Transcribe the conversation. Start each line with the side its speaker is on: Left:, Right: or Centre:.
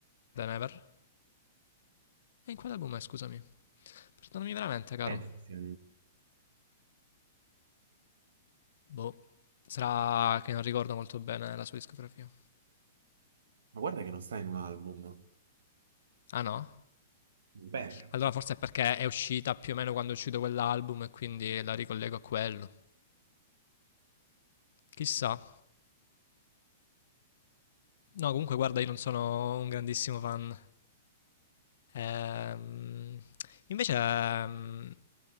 Left: Than Ever? E in quale album è, scusami? Perdonami veramente, caro.
Right: Pensi,
Left: Boh. Sarà che non ricordo molto bene la sua discografia.
Right: Ma guarda che non sta in un album.
Left: Ah no?
Right: Beh,
Left: Allora forse è perché è uscita più o meno quando è uscito quell'album e quindi la ricollego a quello. Chissà. No, comunque guarda, io non sono un grandissimo fan. Ehm, invece, ehm,